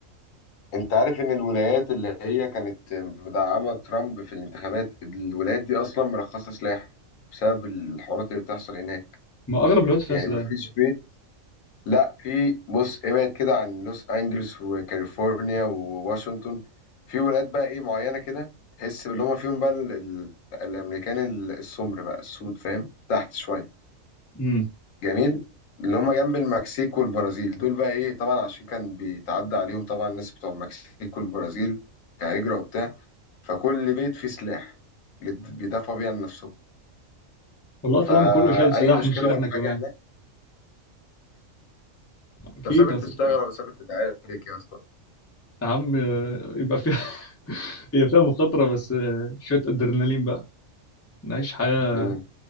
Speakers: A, on the left (about 75°); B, on the left (about 20°).
A: انت عارف ان الولايات اللي هي كانت مدعمة ترامب في الانتخابات الولايات دي اصلا مرخصة سلاح بسبب الحوارات اللي بتحصل هناك
B: ما أغلب الوقت فيها
A: يعني
B: سلاح
A: مفيش بيت لا في بص ابعد كده عن لوس انجلوس وكاليفورنيا وواشنطن في ولايات بقى ايه معينة كده تحس اللي هم فيهم بقى ال- ال- الامريكان السمر بقى السود فاهم تحت شوية
B: امم
A: جميل اللي هم جنب المكسيك والبرازيل دول بقى ايه طبعا عشان كان بيتعدى عليهم طبعا الناس بتوع المكسيك والبرازيل كهجرة وبتاع فكل بيت فيه سلاح اللي بيدافعوا بيه عن نفسهم
B: والله
A: فأي
B: طالما كله شايل سلاح
A: مشكلة
B: نشيل احنا
A: ولا حاجة
B: كمان
A: هناك
B: أكيد
A: انت مسافر
B: هتبقى
A: تشتغل ولا مسافر تتعارك يا اسطى
B: يا عم آه، يبقى فيها <laughs> هي فيها مخاطرة بس آه، شوية أدرينالين بقى نعيش حياة
A: امم